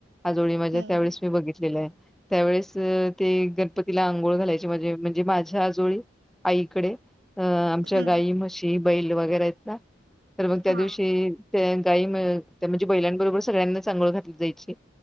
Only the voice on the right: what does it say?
हम्म
हम्म
हा